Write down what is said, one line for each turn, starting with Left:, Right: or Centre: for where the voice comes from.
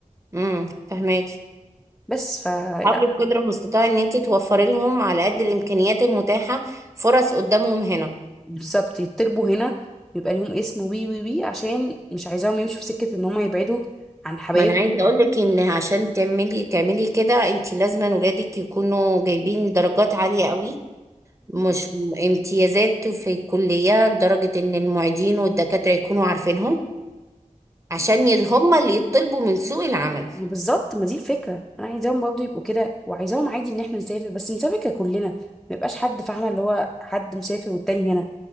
Right: امم فهماكي
Centre: بس فلأ
Right: حاولي بقدر المستطاع ان انت توفري لهم على قد الامكانيات المتاحة فرص قدامهم هنا
Centre: بالظبط يتربوا هنا يبقى ليهم اسم وي وي وي عشان مش عايزاهم يمشوا في سكة إن هما يبعدوا عن حبايبهم
Right: ما انا عايزه اقول لك ان عشان تعملي تعملي كده انت لازم ولادك يكونوا جايبين درجات عاليه قوي مش امتيازات في الكليه لدرجه ان المعيدين والدكاتره يكونوا عارفينهم عشان ي- هم اللي يطلبوا من سوق العمل
Centre: ما بالظبط ما دي الفكره انا عايزاهم برضو يبقوا كده وعايزاهم عادي ان احنا نسافر بس نسافر ككلنا ما يبقاش حد فاهمه اللي هو حد مسافر والتاني هنا